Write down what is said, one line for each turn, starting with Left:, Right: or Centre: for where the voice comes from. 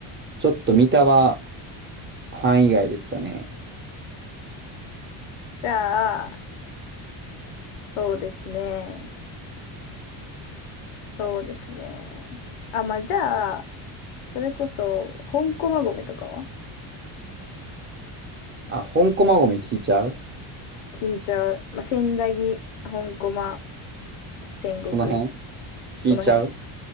Right: ちょっと三田は範囲外でしたね。
Left: じゃあ、そうですね。そうですね。あ、まあ、じゃあ、それこそ、本駒込とかは
Right: あ、本駒込聞いちゃう
Left: 聞いちゃう。まあ、千駄木、本駒、戦国、
Right: その辺聞いちゃう
Left: その辺、